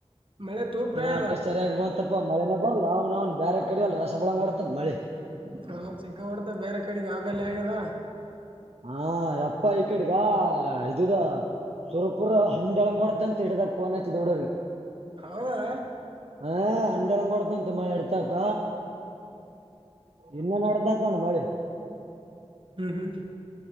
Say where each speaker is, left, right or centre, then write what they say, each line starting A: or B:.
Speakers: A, on the right; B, on the right.
A: ಮಳೆ ತೂಪ್ರ
B: ಅಟಷ್ಟ
A: ಅದ
B: ಸರಿ ಆಗ್ಬಂತಪ್ಪ ಮಳೆನ ಬರ್ಲ್ಲ ಅವ್ ಅವ್ನ್ ಬೇರೆ ಕಡ ಅಲ್ಲಿ ರಸ ಬೊಳಂಗ್ ಬಡತತ್ ಮಳಿ.
A: ಹಾ <unintelligible> ಹೊಡ್ದ ಬೇರೆ ಕಡೆಗೆ ಆಗಲ್ಲ ಆಗ್ಯದ
B: ಹಾ ಯಪ್ಪ ಈ ಕಡೆಗ ಇದಿದು ಸುರಪುರ ಹಂಡಿಳಂಗ ಹೊಡ್ದಂತ ಇಡದಕ್ ಫೋನಚ್ಚಿದುಡ್ಗರಿಗೆ.
A: ಹೌದಾ
B: ಹ ಅಂಡಳಂಗ್ ಕೊಡತಂತ ಮಳೆ ಇಡ್ತಕ್ಕ ಇನ್ನ ನಡತ <unintelligible> ಮಳಿ
A: ಹ್ಮ್ ಹ್ಮ್